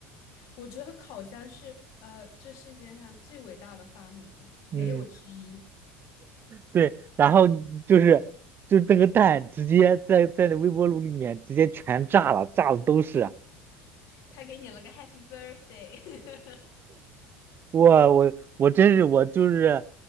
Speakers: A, on the left (about 55°); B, on the right (about 30°).
A: 我觉得烤箱是呃，这世界上最伟大的发明，没有之一。
B: <laughs> 嗯，对，然后就是就那个蛋直接在在那微波炉里面直接全炸了，炸的都是。
A: 他给你了个 Happy Birthday，
B: 哇，我我真是我就是，